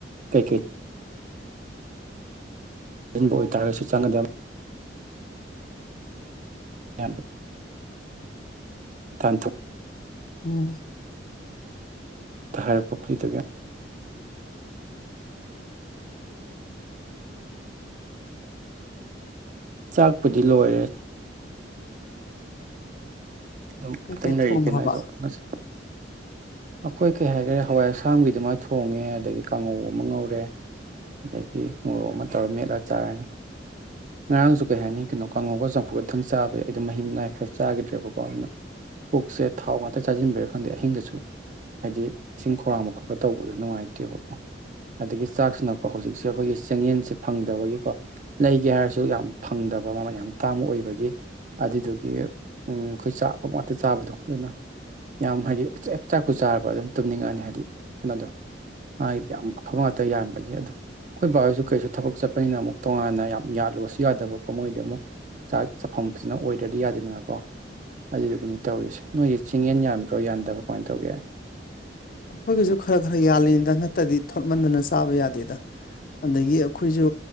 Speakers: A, on the right; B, on the left.
A: ꯀꯩꯀꯩ ꯆꯟꯕ ꯑꯣꯏꯇꯥꯥꯔꯒꯁꯨ ꯆꯪꯅꯗꯕ ꯊ ꯊꯇꯨ
B: ꯎꯝ
A: ꯔ ꯄꯈ꯭ꯇꯒꯤ ꯗ ꯆꯥꯛꯄꯨꯗꯤ ꯂꯣꯏꯔꯦ ꯑꯗꯨꯝ
B: ꯀꯩꯀꯩ
A: ꯑꯇꯪ ꯂꯩ
B: ꯊꯣꯡꯈ꯭ꯔꯕ
A: ꯀꯩꯅ ꯑꯩꯁꯨ ꯉꯁꯤ ꯑꯩꯈꯣꯏ ꯀꯩ ꯍꯥꯏꯈ꯭ꯔꯦ ꯍꯋꯥꯏ ꯑꯁꯥꯡꯒꯤꯗꯨꯃ ꯊꯣꯡꯉꯦ ꯑꯗꯒꯤ ꯀꯥꯡꯉꯧ ꯑꯃ ꯉꯧꯔꯦ ꯑꯗꯒꯤ ꯃꯣꯔꯣꯛ ꯑꯃ ꯇꯧꯔ ꯃꯦꯠꯂ ꯆꯥꯔꯅꯤ ꯉꯔꯥꯡꯁꯨ ꯀꯩ ꯍꯥꯏꯅꯤ ꯀꯩꯅꯣ ꯀꯥꯡꯉꯧꯒ ꯆꯝꯐꯨ ꯛꯇꯪ ꯆꯥꯕ ꯌꯥꯏ ꯑꯗꯨꯗꯣ ꯃꯍꯤ ꯃꯅꯥꯏ ꯈꯔ ꯆꯥꯈꯤꯗ꯭ꯔꯦꯕꯀꯣ ꯑꯗꯨꯩꯅ ꯄꯨꯛꯁꯦ ꯊꯥꯎ ꯉꯥꯛꯇ ꯆꯥꯁꯤꯟꯕꯤꯔ ꯈꯥꯟꯗꯗꯤ ꯑꯍꯤꯡꯗꯁꯨ ꯍꯥꯏꯗꯤ ꯏꯁꯤꯡ ꯈꯧꯔꯥꯡꯕ ꯈꯣꯠꯄ ꯇꯧꯕꯗꯣ ꯅꯨꯡꯉꯥꯏꯇꯦꯕꯀꯣ ꯑꯗꯒꯤ ꯆꯥꯛꯁꯤꯅꯀꯣ ꯍꯧꯖꯤꯛꯁꯦ ꯑꯩꯈꯣꯏꯒꯤ ꯆꯦꯡꯌꯦꯟꯁꯦ ꯐꯪꯗꯕꯒꯤꯀꯣ ꯂꯩꯒꯦ ꯍꯥꯏꯔꯁꯨ ꯁꯨ ꯌꯥꯝ ꯐꯪꯗꯕ ꯃꯃꯜ ꯌꯥꯝ ꯇꯥꯡꯕ ꯑꯣꯏꯕꯒꯤ ꯑꯗꯨꯗꯨꯒꯤ ꯎꯝ ꯑꯩꯈꯣꯏ ꯆꯥꯕ ꯉꯥꯛꯇ ꯆꯥꯕꯗꯣ ꯑꯗꯨꯅ ꯌꯥꯝ ꯍꯥꯏꯗꯤ ꯆꯥꯛꯄꯨ ꯆꯥꯔꯕ ꯑꯗꯨꯝ ꯇꯨꯝꯅꯤꯡꯉꯅꯤ ꯍꯥꯏꯗꯤ ꯀꯩꯅꯣꯗꯣ ꯗꯤ ꯌꯥꯝ ꯑꯐꯕ ꯉꯥꯛꯇ ꯌꯥꯕꯒꯤ ꯑꯗꯨ ꯑꯩꯈꯣꯏ ꯕꯥꯣꯏꯁꯨ ꯀꯩꯁꯨ ꯊꯕꯛ ꯆꯠꯄꯅꯤꯅ ꯑꯃꯨꯛ ꯇꯣꯉꯥꯟꯅ ꯌꯥꯝ ꯌꯥꯠꯂꯨꯨꯔꯁꯦ ꯁꯨ ꯌꯥꯗꯕꯀꯣ ꯃꯣꯏꯗꯤ ꯑꯃꯨꯛ ꯆꯥꯛ ꯆꯥꯐꯝꯕꯁꯤꯅ ꯑꯣꯏꯗ꯭ꯔꯗꯤ ꯌꯥꯗꯦꯗꯅꯀꯣ ꯑꯗꯨꯗꯨꯒꯤꯅꯤ ꯇꯧꯔꯤꯁꯦ ꯅꯣꯏꯁꯦ ꯆꯤꯡꯌꯦꯟ ꯌꯥꯕ꯭ꯔꯣ ꯌꯥꯟꯗꯕ꯭ꯔꯣ ꯀꯃꯥꯏꯅ ꯇꯧꯒꯦ
B: ꯑꯩꯈꯣꯏꯒꯤꯁꯨ ꯈꯔ ꯈꯔ ꯌꯥꯜꯂꯤꯦꯗ ꯅꯠꯇ꯭ꯔꯗꯤ ꯊꯣꯠꯃꯟꯗꯅ ꯆꯥꯕ ꯌꯥꯗꯦꯗ ꯑꯗꯒꯤ ꯑꯩꯈꯣꯏꯁꯨ